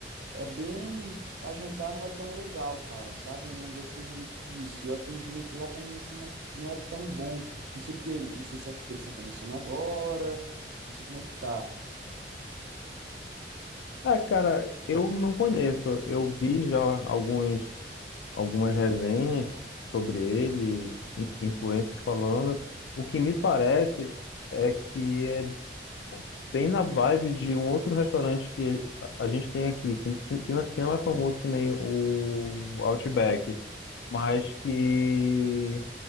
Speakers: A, on the right; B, on the left.
A: é bem. Pra jantar não é tão legal, cara, sabe? Eu não gostei muito disso. E o atendimento lá também, assim, não é, não é tão bom. Não sei porque, não sei se é porque eles estão começando agora, não sei como é que tá.
B: Ah, cara, eu não conheço. Eu vi já alguns, algumas resenhas sobre ele, in- influencers falando. O que me parece é que é bem na vibe de um outro restaurante que a a gente tem aqui, que, que, que não que não é famoso que nem o Outback, mas que